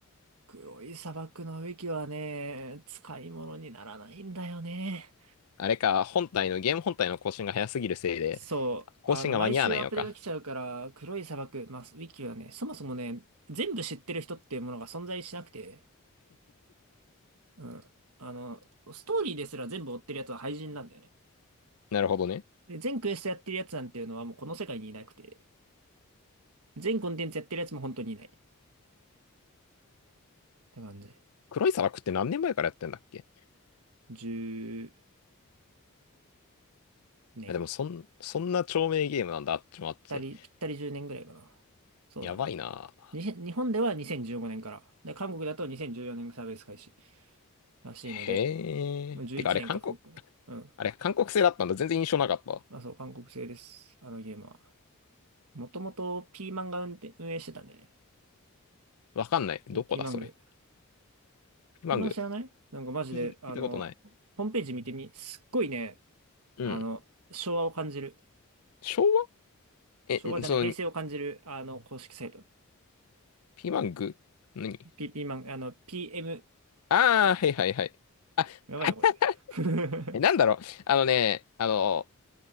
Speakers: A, on the right; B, on the left.
A: 黒い砂漠のウィキはね、使い物にならないんだよね。
B: あれか、本体の、ゲーム本体の更新が早すぎるせいで、
A: そう、
B: 更新が間に合わないのか。
A: あの、毎週アップデが来ちゃうから、黒い砂漠、まあ、ウィキはね、そもそもね、全部知ってる人っていうものが存在しなくて、うん。あの、ストーリーですら全部追ってるやつは廃人なんだよね。
B: なるほどね。
A: で、全クエストやってるやつなんていうのはもうこの世界にいなくて、全コンテンツやってるやつも本当にいない。って感じ。
B: 黒い砂漠って何年前からやってんだっけ
A: 10年。
B: あでも、
A: ぴっ
B: そん、そんな長命ゲームなんだ、あっちもあって。
A: たり、ぴったり10年ぐらいかな。そうだね。
B: やばいな。
A: にへん日本では2015年から。で、韓国だと2014年サービス開始らしいので、
B: へえ。
A: まあ11年か韓国だ。
B: てか、あれ、韓国、
A: うん。
B: あれ、韓国製だったんだ。全然印象なかったわ。
A: まあそう、韓国製です。あのゲームは。もともとピーマンが運転、運営してたんだよね。
B: わかんない。どこだ、
A: ピ、ピーマング。
B: それ。ピマング。
A: ピーマン知らないなんかマジで、
B: 聞い、
A: あの、
B: 聞いたことない。
A: ホームページ見てみ、すっごいね、
B: うん。
A: あの、昭和を感じる。
B: 昭和え、
A: 昭和じゃない、
B: その、
A: 平成を感じる、あの、公式サイト。
B: ピマング何
A: ピ、ピーマン、あの、PMANG。
B: ああー、はいはいはい。あ、
A: やばいよ、
B: <laughs>
A: これ。<laughs>
B: えなんだろう。あのね、あの、